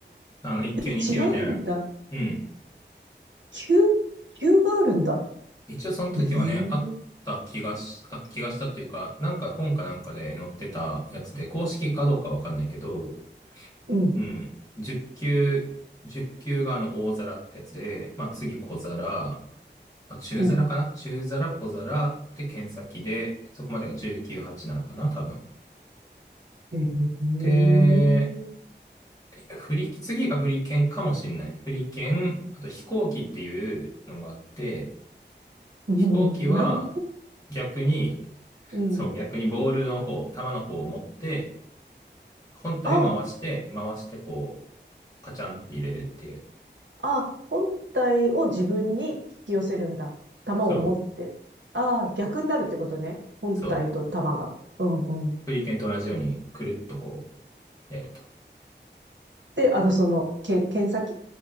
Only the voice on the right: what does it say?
え、違うんだ。
球、球があるんだ。
ええー
うん、
うん。
ええー
うん、
なん、
うん。
ああ、
あ、本体を自分に引き寄せるんだ。玉を持って。
ああ、逆になるってことね。本体と玉が。
うんうん。
で、あの、その、け、剣先